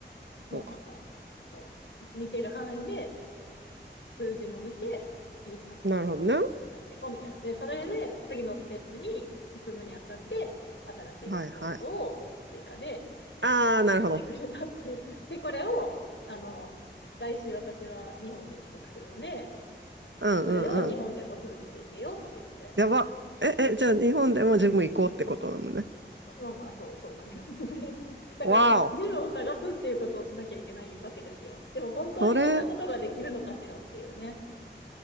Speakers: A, on the left; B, on the right.
A: もうなんか、
B: そうか。
A: そう、見てる範囲で数字も見て、いいじゃん、このままやっていこうみたいな。
B: なるほどね。
A: で、それで次のステップに進むにあたって、新しいワークアウトを追加で
B: はいはい。ああ、
A: 考えてくれたっていう。
B: なるほど。
A: で、これを、あの、来週私は日本に帰国するので、
B: うんうんうん。
A: これを日本でも続けていけよって言って、
B: やば。え、え、じゃあ日本でもジム行こうってことなのね。
A: まあまあ、そう、そうなりますね。<laughs> だから、
B: わお。
A: ジムを探すっていうことをしなきゃいけないわけですよ。でも本当にそんなことができるのかしらっていうね。
B: それ、